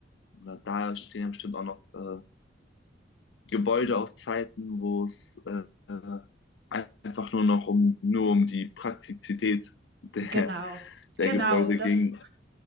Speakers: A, on the left; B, on the right.
A: oder da stehen ja bestimmt auch noch äh, Gebäude aus Zeiten, wo es äh, ein- einfach nur noch um, nur um die Praktizität der,
B: genau,
A: der
B: genau,
A: Gebäude
B: das
A: ging